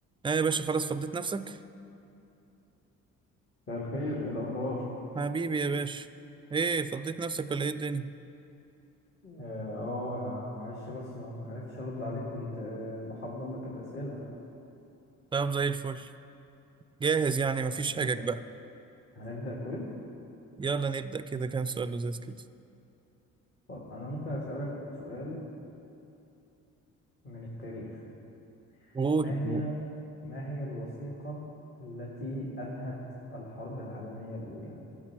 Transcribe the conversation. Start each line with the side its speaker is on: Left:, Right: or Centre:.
Right: ايه يا باشا خلاص فضيت نفسك
Left: مساء الخير ايه الاخبار
Right: حبيبي يا باشا ايه فضيت نفسك ولا ايه الدنيا
Left: اه آه، انا معلش بس ما ما عرفتش ارد عليك كنت آه، بحضر لك الاسئله
Right: طب زي الفل جاهز يعني مفيش حاجة
Left: هنبدا
Right: بقى
Left: هنبدا كويز
Right: يلا نبدأ كده كام سؤال لذيذ كده
Left: طب انا ممكن اسالك سؤال من التاريخ
Right: قول
Left: ما هي
Right: قول.
Left: ما هي الوثيقه التي انهت الحرب العالميه الاولى